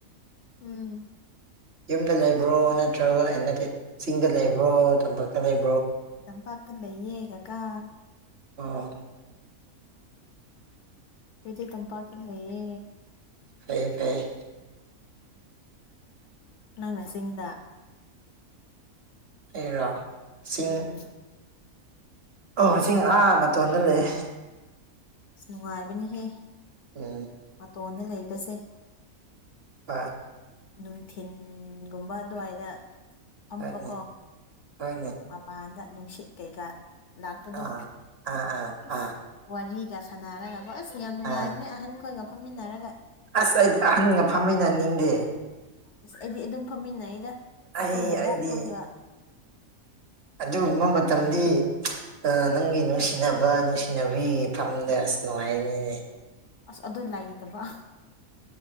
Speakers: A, on the left; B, on the right.
A: ꯎꯝ
B: ꯌꯨꯝꯗ ꯂꯩꯕ꯭ꯔꯣ ꯅꯠꯇ꯭ꯔꯒ ꯅꯠꯇꯦ ꯆꯤꯡꯗ ꯂꯩꯕ꯭ꯔꯣ ꯇꯝꯄꯥꯛꯇ ꯂꯩꯕ
A: ꯆꯝꯄꯥꯛꯇꯅ ꯏꯦꯒ ꯀ
B: ꯑꯥ
A: ꯄꯗꯤ ꯆꯝꯄꯥꯛꯀꯤ ꯂꯩꯌꯦ
B: ꯐꯩꯌꯦ ꯐꯩꯌꯦ
A: ꯅꯪꯅ ꯆꯤꯡꯗ
B: ꯑꯩꯔꯣ ꯆꯤꯡ
A: ꯎꯝ
B: ꯑꯣ ꯆꯤꯡ ꯑꯥ ꯃꯇꯣꯟꯗ ꯂꯩ
A: ꯅꯨꯡꯉꯥꯏꯕꯅꯤꯍ
B: ꯎꯝ
A: ꯇꯣꯟꯅ ꯂꯩꯕꯁꯦ
B: ꯍꯣꯏ
A: ꯅꯨꯡꯊꯤꯤꯟꯒꯨꯝꯕ ꯑꯗꯨꯋꯥꯏꯗ ꯐꯝꯕꯀꯣ
B: ꯍꯣꯏꯅꯦ ꯍꯣꯏꯅꯦ
A: ꯃꯄꯥꯟꯗ ꯅꯨꯡꯁꯤꯠ ꯀꯩꯀꯥ ꯂꯥꯛꯄꯗꯣ
B: ꯑꯥ ꯑꯥ ꯑꯥ
A: ꯑꯁ
B: ꯑꯥ
A: ꯋꯥꯔꯤ ꯀꯌꯥ ꯁꯥꯟꯅꯔꯒ ꯣ ꯑꯁ ꯌꯥꯝ ꯅꯨꯡꯉꯥꯏꯕꯅꯦ
B: ꯑꯥ
A: ꯑꯍꯟꯈꯣꯏꯒ ꯐꯝꯃꯤꯟꯅꯔꯒ
B: ꯑꯁ ꯑꯩꯗꯤ ꯑꯍꯟꯒ ꯐꯝꯃꯤꯟꯅꯅꯤꯡꯗꯦ
A: ꯑꯁ ꯑꯩꯗꯤ ꯑꯗꯨꯝ ꯐꯝꯃꯤꯟꯅꯩꯗ ꯑꯩꯈꯣꯏ
B: ꯑꯩ
A: ꯕꯕꯣꯛ
B: ꯑꯩꯗꯤ
A: ꯈꯣꯏꯕ
B: ꯑꯗꯨꯒꯨꯝꯕ ꯃꯇꯝꯗꯤ ꯅꯪꯒꯤ ꯅꯨꯡꯁꯤꯅꯕ ꯅꯨꯡꯁꯤ ꯍꯩꯅꯕꯤꯒꯤ ꯐꯝꯗ ꯑꯁ ꯅꯨꯡꯉꯥꯏꯅꯤꯅꯦ
A: ꯑꯁ ꯑꯗꯨ ꯂꯩꯇꯕ